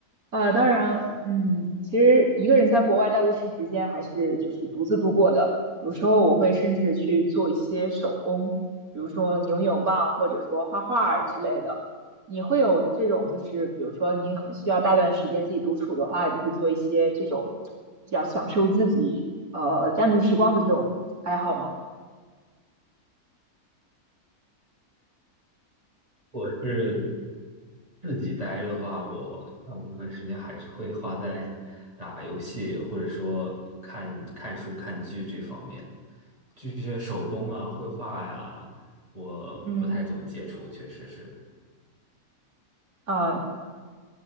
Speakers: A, on the right; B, on the right.
A: 呃，当然，嗯，其实一个人在国外大多数时间还是就是独自度过的。有时候我会甚至去做一些手工，比如说扭扭棒，或者说画画儿之类的。你会有这种就是，比如说你很需要大段时间自己独处的话，就是做一些这种比较享受自己呃单独时光的这种爱好吗？
B: 我是自己待着的话，我大部分时间还是会花在打游戏，或者说看看书、看剧这方面。这些手工啊、绘画呀，我不太怎么接触，
A: 嗯。
B: 确实是。
A: 啊。